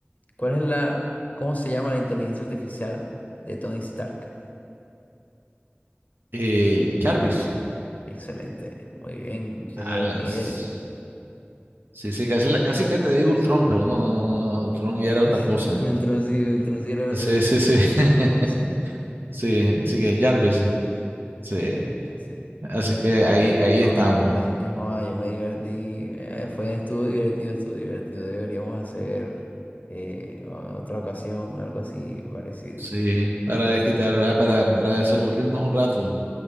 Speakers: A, on the left; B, on the right.
A: ¿Cuál es la, cómo se llama la inteligencia artificial de Tony Stark?
B: Eh, Jarvis.
A: Excelente, muy bien, señor
B: Alas.
A: Miguel.
B: Sí, sí, casi, la- casi que te digo Ultron, pero no, no, no, no, no, Ultron ya
A: <laughs>
B: era otra cosa.
A: Wiltroncillo, Wiltroncillo era
B: Sí, sí, sí.
A: <laughs>
B: <laughs>
A: otra cosa.
B: Sí, así que Jarvis. Sí.
A: Sí.
B: Así que ahí, ahí
A: No,
B: estamos.
A: la verdad es que joda yo me divertí, eh, fue, estuvo divertido, estuvo divertido. Deberíamos hacer eh, en otra ocasión algo así parecido.
B: Sí, para desquitar, ¿verdad? Para, para desaburrirnos un rato.